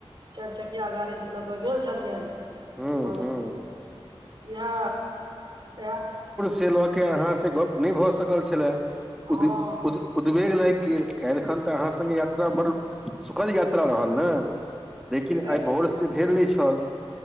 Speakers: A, on the right; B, in the centre.
A: चारि चकिया गाड़ी से लऽ क गेल छलियनि
B: हूँ
A: कह
B: हूँ
A: छलिय इह इहठ
B: ते लऽ के अहाँ से गप नहि भऽ सकल छल उ
A: हँ
B: उद् बेेग लागि गेल कालहिखन तऽ अहाँ संगे यात्रा बड़ सुखद यात्रा रहल ने लेकिन आइ
A: एहि
B: भोर से भेल नहि छल